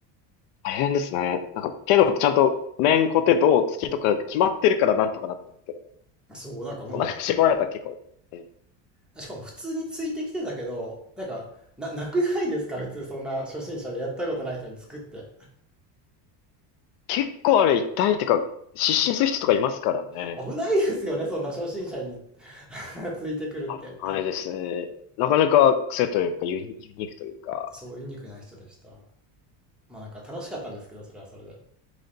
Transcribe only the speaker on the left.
大変ですね。なんか、けど、ちゃんと、面コテ、銅、月とか決まってるからなんとかなってるけど、
そんな感じで来られたら結構、え
結構あれ痛いってか、失神する人とかいますからね。
危ないですね。なかなか癖というか、ユニ、ユニークというか。